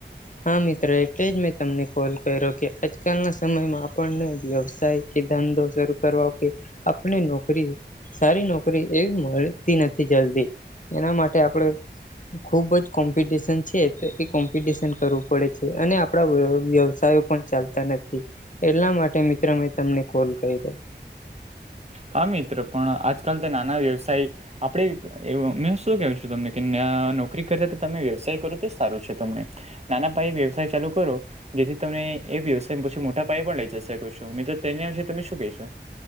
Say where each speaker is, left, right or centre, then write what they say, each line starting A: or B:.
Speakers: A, on the left; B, on the right.
A: હા મિત્ર, એટલે જ મેં તમને કોલ કર્યો કે આજકાલના સમયમાં આપણને વ્યવસાય, કે ધંધો શરૂ કરવાઓ કે આપની નોકરી, સારી નોકરી એવી મળતી નથી જલ્દી એના માટે આપણે, ખુબ જ કોમ્પિટિશન છે તો એ કોમ્પિટશન કરવું પડે છે અને આપણા વ્યવસાયો પણ ચાલતા નથી. એટલા માટે મિત્ર મેં તમને કોલ કર્યો.
B: હા મિત્ર, પણ આજકાલ તો નાના વ્યવસાય આપણે એવુ મે શું કેવું છું તમને કે ના નોકરી કરતા તમે વ્યવસાય કરો તો સારું છે તમને. નાના પાયે વ્યવસાય ચાલુ કરો. જેથી તમે એ વ્યવસાય પછી મોટા પાય પણ લઈ જશેકો છો મિત્ર, તેના વિશે તમે શું કહીશો?